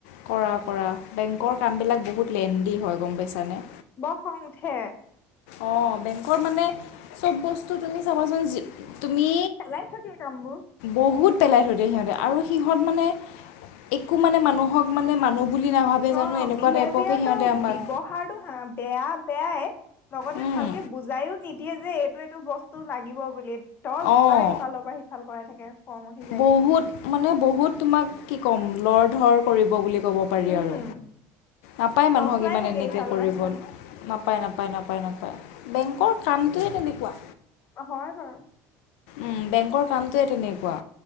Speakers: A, on the left; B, on the left.
A: কৰা কৰা বেংকৰ কাম বিলাক বহুত লেজি হয় গম পাইছানে।
B: ব খং উঠে।
A: অ বেংকৰ মানে চব বস্তু তুমি চাবাচোন। তুমি
B: চলাই থাকে কামবোৰ
A: বহুত পেলাই থৈ দিয়ে সিহঁতে আৰু সিহঁত মানে একো মানে মানুহক মানে মানুহ বুলি নাভাবে
B: অ
A: জানো এনেকুৱা
B: বিহেভিয়াৰ
A: টাইপকে সিহঁতে
B: তটো
A: আমাক
B: ব্যৱহাৰটো বেয়া, বেয়াই লগতে
A: উম,
B: ভালকে বুজাইও নিদিয়ে, দিয়ে যে এইটো এইটো বস্তু লাগিব বুলি। দহ
A: অঁ
B: বাৰ ইফালৰ পৰা সিফাল কৰাই থাকে। খং উঠি যায়গে।
A: বহুত মানে বহুত তোমাক কি ক'ম লৰ ধৰ কৰিব বুলি ক'ব পাৰি
B: উম,
A: আৰু নাপায়
B: নচোৱাই
A: মানুহক ইমান
B: থাকে
A: এনেকে
B: ইফালৰ
A: কৰিব।
B: পৰা সিফালে
A: নাপায় নাপায় নাপায় নাপায় বেংকৰ কামটোৱে তেনেকুৱা।
B: হয় বাৰু
A: উম বেংকৰ কামটোৱে তেনেকে, কোৱা